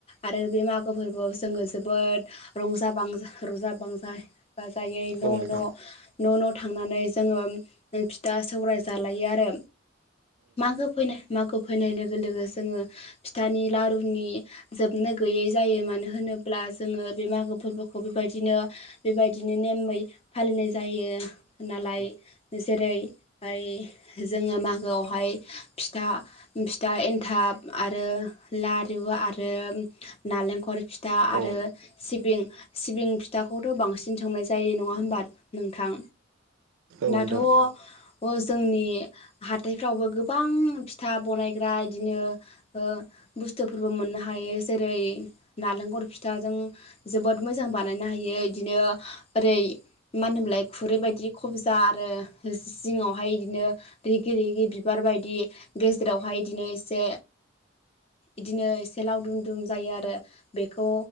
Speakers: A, on the left; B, on the right.
A: आरो बे मागो फोरबोआव जोङो जोबोद रंजा बांजां रंजा बाजा बाजायै न'
B: औ नोंथां
A: न' न' न' थांनानै जोङो फिथा सौराय जालायो आरो। मागो फैनाय मागो फैनाय लोगो लोगो जोङो फिथानि लारुनि। जोबनो गैयै जायो मानो होनोब्ला जोङो बे मागो फोरबोखौ बेबायदिनो बेबायदिनो नेमै फालिनाय जायो नालाय जेरै हाय जोङो मागोआव हाय फिथा फिथा एन्थाब आरो लारु आरो नालेंखल फिथा आरो
B: औ
A: सिबिं सिबिं फिथाखौथ' बांसिन संनाय जायो नङा होमबा नोंथां?
B: नोंथां
A: दाथ' ओ जोंनि हाथाइ फ्रावबो गोबां फिथा बनायग्रा इदिनो ओ बुस्थुफोरबो मोननो हायो जेरै नालेंखर फिथाजों जोबोद मोजां बानायनो हायो इदिनो ओरै मा होनोमलाय खुरै बायदि खबजा आरो जिङावहाय इदिनो रिगि रिगि। बिबार बायदि गेजेरावहाय इदिनो एसे इदिनो एसे लावदुम दुम जायो आरो बेखौ